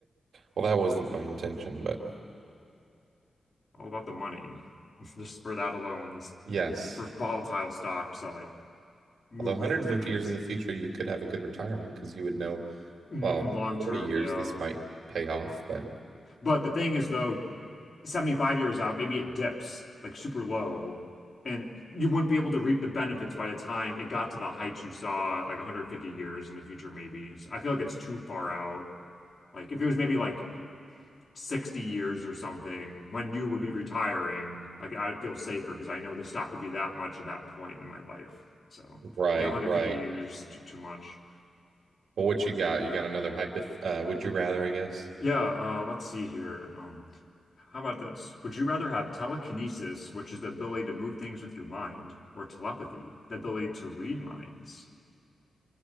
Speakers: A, on the right (about 85°); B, on the left (about 35°).
A: Well, that wasn't my intention, but
B: All about the money. <laughs> Just for that alone, this
A: yes.
B: like for volatile stocks that like move
A: Although 150
B: within 10 minutes.
A: years in the future, you could have a good retirement because you would know,
B: Mm,
A: well,
B: long
A: 40
B: term,
A: years
B: yeah.
A: this might pay off, but
B: But the thing is though, 75 years out, maybe it dips like super low, and you wouldn't be able to reap the benefits by the time it got to the heights you saw like 150 years in the future, maybe. So I feel like it's too far out. Like if it was maybe like 60 years or something when you would be retiring, like I'd feel safer because I know the stock would be that much at that point in my life. So
A: right,
B: yeah, 150
A: right.
B: years t- too much.
A: Well, what you got? You got another hypoth uh, would you rather, I guess?
B: Yeah, uh, let's see here. Um, how about this? Would you rather have telekinesis, which is the ability to move things with your mind, or telepathy, the ability to read minds?